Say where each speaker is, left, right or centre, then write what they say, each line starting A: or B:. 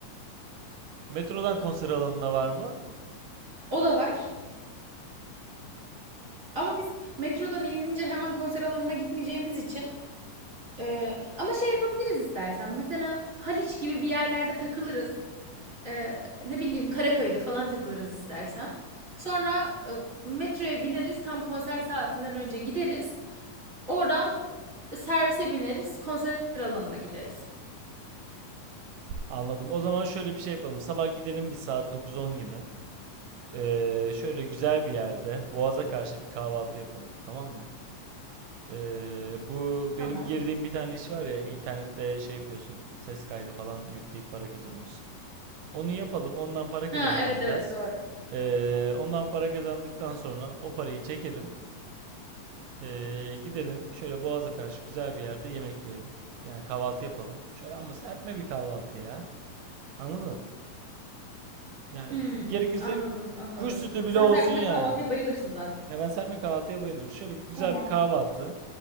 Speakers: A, on the right; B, on the right.
A: Metrodan konser alanına var mı?
B: O da var. Ama biz metrodan inince hemen konser alanına gitmeyeceğimiz için Eee, ama şey yapabiliriz istersen. Mesela Haliç gibi bir yerlerde takılırız. Eee, ne bileyim Karaköy'de falan takılırız istersen. Sonra e, metroya bineriz. Tam konser saatinden önce gideriz. Oradan e, servise bineriz. Konser alanına gideriz.
A: Anladım. O zaman şöyle bir şey yapalım. Sabah gidelim bir saat 9-10 gibi. Ee, şöyle güzel bir yerde Boğaz'a karşı bir kahvaltı yapalım. Tamam mı? Ee, bu
B: Tamam.
A: benim girdiğim bir tane iş var ya internette şey yapıyorsun. Ses kaydı falan yükleyip para kazanıyorsun. Onu yapalım. Ondan para kazanalım
B: Ha evet
A: biraz.
B: evet doğru.
A: Ee, ondan para kazandıktan sonra o parayı çekelim. Ee, gidelim şöyle Boğaz'a karşı güzel bir yerde yemek yiyelim. Yani kahvaltı yapalım. Şöyle ama serpme bir kahvaltı ya. Anladın? Yani
B: Hmm,
A: gerekirse
B: anladım anladım.
A: kuş sütü bile
B: Sen
A: olsun
B: serpme
A: ya.
B: kahvaltıya bayılırsın zaten.
A: Ya ben serpme kahvaltıya bayılırım. Şöyle bir güzel
B: Tamam.
A: bir kahvaltı.